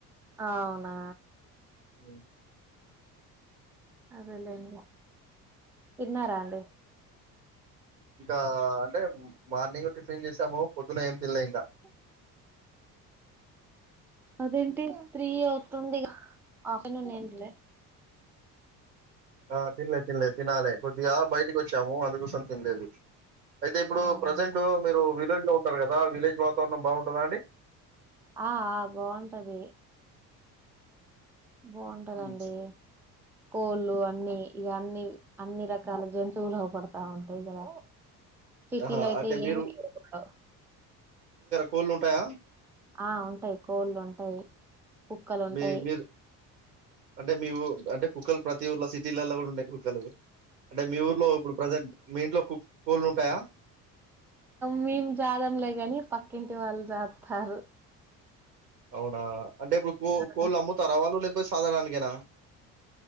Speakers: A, in the centre; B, on the right.
A: అవునా
B: అ
A: అదెలెండి తిన్నారా అండి
B: ఇంకా అంటే మార్నింగ్ టిఫిన్ చేసాము పొద్దున ఏం తిన్లే
A: అ అదేంటి త్రీ అవుతుంది ఆఫ్టర్నూన్ తినలే
B: ఆ తినలేదు తినలేదు తినాలి కొద్దిగా బయటికి వచ్చాము అందుకోసం తినలేదు అయితే ఇప్పుడు
A: అవునా
B: ప్రజెంట్ మీరు విలేజ్ లో ఉ ఉంటారు కదా విలేజ్ వాతావరణం బాగుంటదా అండి
A: ఆ బాగుంటది బాగుంటదండి
B: హ్మ్.
A: కోళ్ళు అన్ని ఈ అన్ని అన్ని రకాల జంతువులు అగుపడతా ఉంటయి కదా సిటీలో
B: ఆహా!
A: అయితే
B: అంటే మీరు
A: ఏమి లేవుగా
B: కోల్లు ఉంటాయా
A: ఆ ఉంటాయి కోళ్ళు ఉంటాయి కుక్కలు ఉంటాయి
B: మీ మీరు అంటే మీవు అంటే కుక్కలు ప్రతి ఊళ్ళ సిటీలల్లో కూడా ఉంటాయి కుక్కలు అంటే మీ ఊర్లో ఇప్పుడు ప్రజెంట్ మీ ఇంట్లో కోళ్ళు ఉంటాయా
A: మేం జాదంలే కాని పక్కింటి వాళ్ళు జాద్తారు
B: అవునా అంటే ఇప్పుడు కో
A: ఆ
B: కోళ్ళు అమ్ముతార వాళ్లు లే సాగర్ గానికేనా